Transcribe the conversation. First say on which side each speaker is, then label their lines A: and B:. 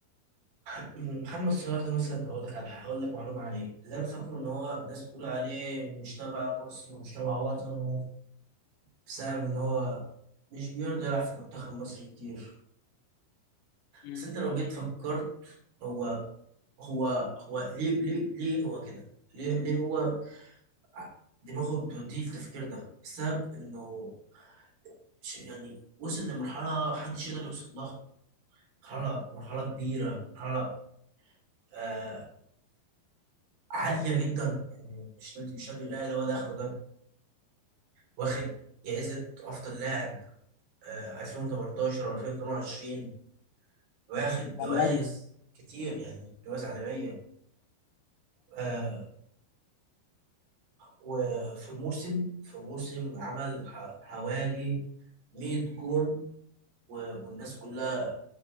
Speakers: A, on the right; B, on the left.
A: <clears throat> محمد صلاح ده مثلا هقول لك على حاجة- هقول لك معلومه عليه اللي انا فاكره ان هو الناس بتقول عليه مش تبع مصر ومش تبع وطنه بسبب ان هو مش بيرضى يلعب في منتخب مصر كتير
B: مم.
A: بس انت لو جيت فكرت هو هو هو ليه ليه ليه هو كده ليه ليه هو ع- دماغه بتوديه التفكير ده بسبب انه ش- يعني وصل لمرحله محدش يقدر يوصل لها مرحله مرحله كبيره مرحله آه عالية جدا يعني مش نادي مش نادي الأهلي هو داخله ده واخد جائزة أفضل لاعب آه، 2018 و2022 واخد
B: طبعا
A: جوائز
B: لاعب
A: كتير يعني جوائز عالمية آه، وفي موسم في موسم عمل ح- حوالي 100 جون و- والناس كلها